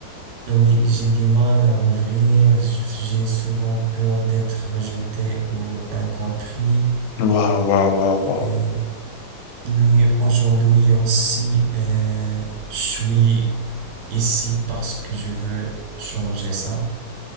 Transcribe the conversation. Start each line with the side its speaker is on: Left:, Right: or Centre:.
Right: Oui, j'ai du mal à m'ouvrir, je- j'ai souvent peur d'être rejeté ou incompris.
Left: waouh, waouh, waouh, waouh.
Right: Euh, oui, aujourd'hui aussi, euh, je suis ici parce que je veux changer ça.